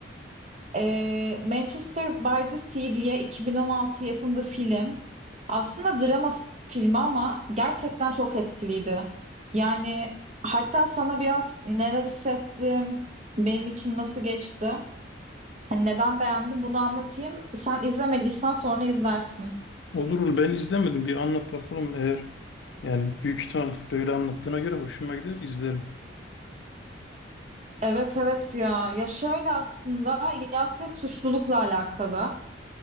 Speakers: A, on the right; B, on the left.
A: Ee, Manchester by the Sea diye 2016 yapımı film. Aslında drama filmi ama gerçekten çok etkiliydi. Yani hatta sana biraz neler hissettim, benim için nasıl geçti, hani neden beğendim bunu anlatayım. Sen izlemediysen sonra izlersin.
B: Olurul ben izlemedim. Bir anlat bakalım eğer yani büyük ihtimal böyle anlattığına göre hoşuma gider izlerim.
A: Evet evet ya. Ya şöyle aslında yas ve suçlulukla alakalı.